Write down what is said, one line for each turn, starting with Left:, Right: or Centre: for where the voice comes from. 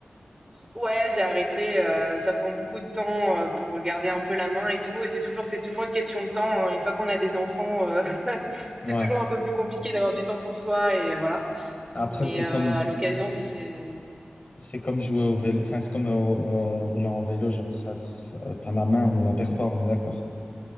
Right: Ouais, j'ai arrêté. euh, ça prend beaucoup de temps euh, pour garder un peu la main et tout. Et c'est toujours, c'est toujours une question de temps. hein. Une fois qu'on a des enfants, euh, <laughs> c'est
Left: Ouais.
Right: toujours un peu plus compliqué d'avoir du temps pour soi et voilà.
Left: Après,
Right: Mais
Left: c'est
Right: euh,
Left: comme,
Right: à l'occasion, si j'ai
Left: c'est comme jouer au vélo, enfin, c'est comme euh, euh, rouler en vélo, genre ça, ça- enfin, la main, on la perd pas, on est d'accord.